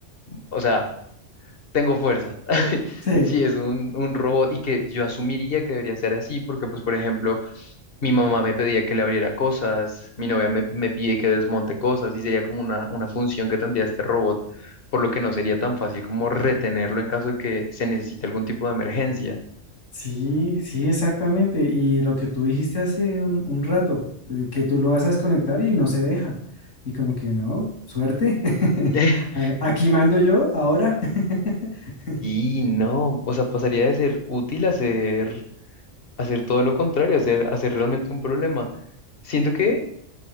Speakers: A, on the left; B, on the left.
A: o sea, tengo fuerza. <laughs>
B: Sí.
A: Si es un, un robot y que yo asumiría que debería ser así, porque pues por ejemplo mi mamá me pedía que le abriera cosas, mi novia me, me pide que desmonte cosas y sería como una, una función que tendría este robot, por lo que no sería tan fácil como retenerlo en caso de que se necesite algún tipo de emergencia.
B: Sí, sí, exactamente. Y lo que tú dijiste hace un, un rato, eh, que tú lo vas a desconectar y no se deja. Y como que no, suerte. <laughs>
A: <laughs>
B: A- Aquí mando yo ahora. <laughs>
A: Sí, no, o sea, pasaría de ser útil a ser, a ser todo lo contrario, a ser, a ser realmente un problema. Siento que,